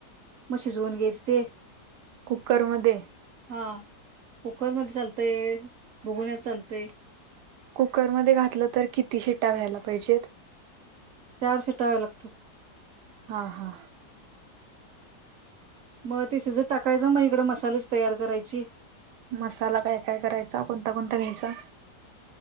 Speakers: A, on the right; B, on the right.
A: म शिजवून घ्यायचे ते
B: कुकरमध्ये
A: हा कुकरमध्ये चालतय भुगुण्यात चालतय
B: कुकरमध्ये घातलं तर किती शिटा व्यायला पाहिजेत
A: चार सीटा व्हायला लागतात
B: हा हा
A: मग ते शिजत टाकायचं मग इकड मसाल्याची तयारी करायची
B: मसाला काय काय करायचा कोणता कोणता घ्यायचा